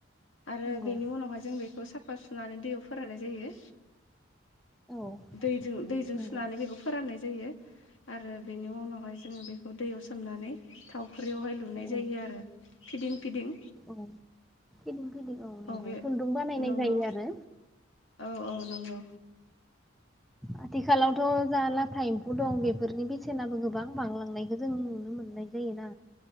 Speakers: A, on the left; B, in the centre.
A: आरो
B: नंगौ
A: बेनि उनावहाय जों बेखौ साफ फा सुनानै दैयाव फोराननाय जायो।
B: औ
A: दैदो दैजों
B: नंगौ
A: सुनानै बेखौ फोराननाय जायो आरो बेनि उनावहाय जोङो बेखौ दैयाव सोमनानै थाव ख्रियावहाय लुनाय
B: औ
A: जायो आरो फिदिं फिदिं
B: औ फिदिं फिदिं औ नंगौ
A: अबे
B: खुन्दुं बानायनाय
A: नंगौ।
B: जायो आरो
A: औ औ नंगौ।
B: आथिखालावथ' जा लाथा एम्फौ दं बेफोरनि बेसेनाबो गोबां बांलांनायखौ जों नुनो मोननाय जायोना?